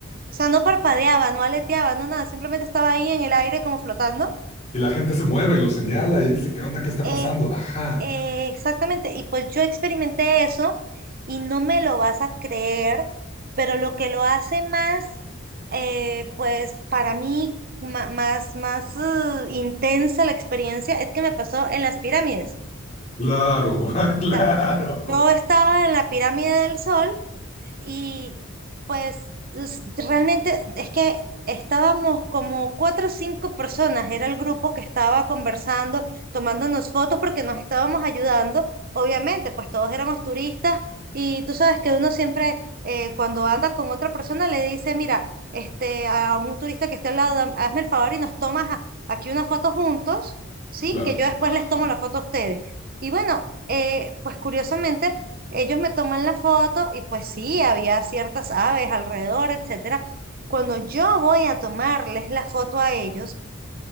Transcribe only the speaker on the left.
y la gente se mueve y lo señala y dice, ¿qué onda? ¿Qué está
pasando? Ajá,
claro,
<laughs> claro,
claro,
ajá,